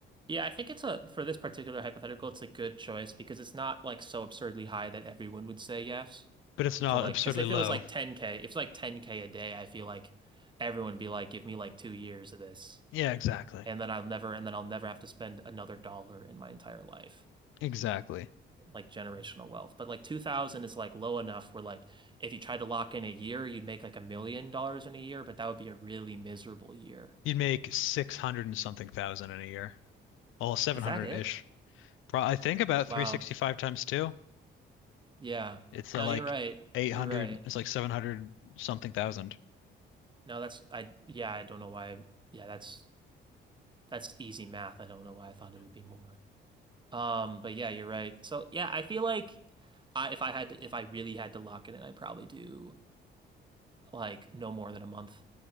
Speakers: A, on the right; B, on the left.
A: Yeah, I think it's a for this particular hypothetical, it's a good choice because it's not like so absurdly high that everyone would say yes.
B: But it's not
A: to like
B: absurdly
A: because if
B: low.
A: it was like 10K, if it's like 10K a day, I feel like everyone would be like, give me like two years of this.
B: Yeah, exactly.
A: And then I'll never and then I'll never have to spend another dollar in my entire life.
B: Exactly.
A: Like generational wealth. But like 2000 is like low enough where like if you tried to lock in a year, you'd make like a million dollars in a year, but that would be a really miserable year.
B: You'd make 600 and something thousand in a year. Well, 700-ish.
A: Is that it?
B: Pro I think about
A: Wow.
B: 365 times two.
A: Yeah.
B: It's
A: No,
B: uh, like
A: you're right.
B: 800,
A: You're right.
B: it's like 700 something thousand.
A: No, that's I yeah, I don't know why. Yeah, that's that's easy math. I don't know why I thought it would be more. Um, but yeah, you're right. So yeah, I feel like I, if I had to, if I really had to lock it in, I'd probably do like no more than a month.